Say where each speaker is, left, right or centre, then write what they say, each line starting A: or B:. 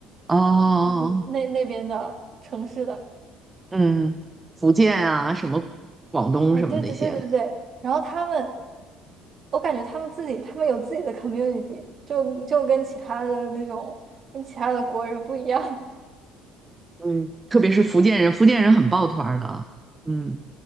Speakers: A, on the right; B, on the right.
A: 哦，
B: 嗯那那边的城市的。
A: 嗯，福建啊，什么广东什么那些的
B: 哎，对对对对对，然后他们，我感觉他们自己，他们有自己的 community，就就跟其他的那种，跟其他的国人不一样。<laughs>
A: 嗯，特别是福建人，福建人很抱团儿的，嗯